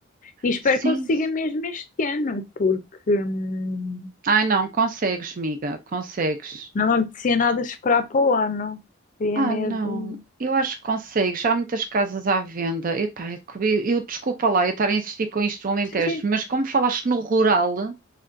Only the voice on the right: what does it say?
Sim.
Ai não, consegues, miga, consegues.
Ah,
não. Eu acho que consegue. Já há muitas casas à venda. Epá, eu, eu- desculpa lá eu estar a insistir com isto no Alentejo,
mas como falaste no rural,